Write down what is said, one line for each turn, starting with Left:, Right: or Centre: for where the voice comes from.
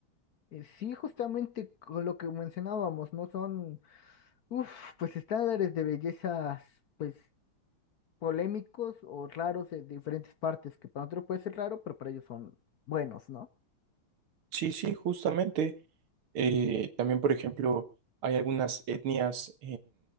Left: Eh, sí, justamente con lo que mencionábamos, ¿no? Son, uff, pues estándares de bellezas, pues polémicos o raros de diferentes partes, que para nosotros puede ser raro, pero para ellos son buenos, ¿no?
Right: Sí, sí, justamente. Eh, también, por ejemplo, hay algunas etnias